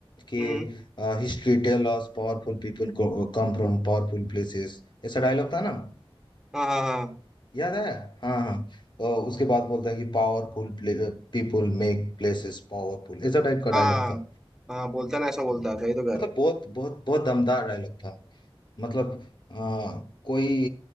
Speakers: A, on the left; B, in the centre.
A: कि
B: हम्म
A: history tell us powerful people come from powerful places ऐसा डायलॉग था ना
B: हाँ हाँ हाँ
A: याद है हाँ हाँ और उसके बाद बोलता है कि powerful people make places powerful ऐसा टाइप का
B: हाँ
A: डायलॉग था
B: हाँ हाँ, बोलता ना ऐसा बोलता
A: हाँ,
B: है सही तो कह रहे
A: मतलब
B: हो
A: बहुत बहुत बहुत दमदार डायलॉग था मतलब आ, कोई